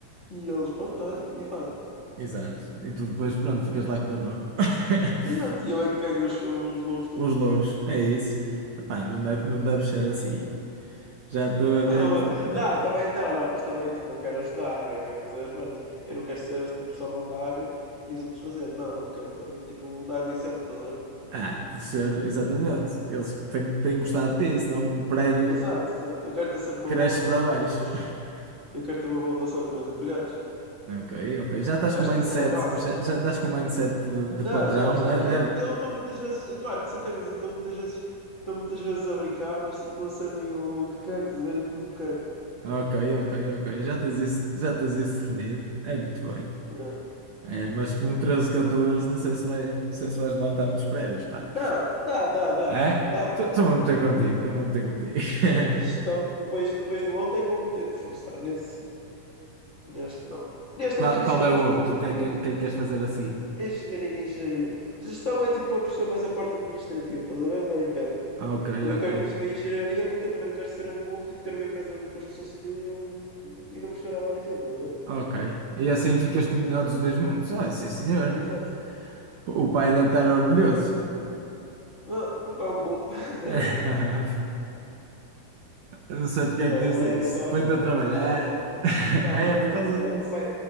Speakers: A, on the left; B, on the right.
A: E eles, pronto, está bem, e fazem.
B: exato. E tu depois, pronto, ficas lá com o teu nome. <laughs>
A: Exato, e eu é que ganho os, os louros todos.
B: Os louros, é isso. Epá, não deve, não deve ser assim. Já estou a ver
A: <laughs>
B: que tu.
A: Não,
B: eh,
A: também, não, não, mas também, tipo, eu quero ajudar, eu quero fazer as merdas. Eu não quero ser, tipo, só mandar e os outros fazer. Não, eu quero também, tipo, dar o exemplo, estás a ver?
B: Ah, deve ser, exatamente. Eles que têm, têm gostado disso, não o prédio
A: Exato, exato. Eu quero ter sempre uma
B: cresce
A: boa relação
B: para baixo.
A: com os meus.
B: <laughs>
A: Eu quero ter uma boa relação com os meus empregados.
B: Ok, ok. Já estás
A: Acho
B: com o mindset,
A: que isso é a base.
B: já, já estás com o mindset de, de
A: Já,
B: patrão.
A: já, já.
B: É,
A: Eu
B: é-
A: eu estou muitas vezes. Mano, sem tangas, eu estou muitas vezes. Estou muitas vezes a brincar, mas, tipo, eu sei bem o, o que quero, estás a ver? E como quero.
B: <laughs> Ok, ok, ok. Já tens isso, já tens isso definido. É muito bem.
A: Yeah.
B: É, mas com 13 14 não sei se vai, não sei se vais levantar muitos prédios, pá.
A: Não, dá, dá, dá,
B: É?
A: dá.
B: Estou-me a meter contigo, estou-me a meter contigo. <laughs>
A: É gestão, depois, depois no outro é que vou-me ter que esforçar. Nesse sim, neste não. Neste,
B: Qual,
A: é, imagina,
B: qual
A: eu
B: é
A: vou-te
B: o
A: explicar.
B: outro?
A: Eu tenho
B: O que é que, o que é que queres fazer a seguir?
A: engenharia e engenharia. Gestão é tipo a pessoa mais a parte administrativa, estás a ver? Da empresa.
B: Ah, Ok,
A: Mas eu quero
B: ok,
A: depois ir para a engenharia porque eu também não quero ser um burro, tipo ter uma empresa de construção civil e não, e não perceber nada daquilo, estás a ver?
B: ok. E assim ficas com
A: Então
B: o melhor
A: pronto,
B: dos dois mundos. Ah, sim, senhor.
A: exato.
B: O pai deve estar orgulhoso.
A: Ah, o meu pai é um burro. <laughs>
B: <laughs> Não sei porque
A: Não,
B: é que diz isso.
A: ele, é, ele tra-
B: Põe-te a trabalhar.
A: Não, mas, eu-
B: <laughs>
A: não,
B: Ah,
A: mas
B: é
A: eu
B: por
A: vou-te
B: causa
A: explicar.
B: disso.
A: O meu pai,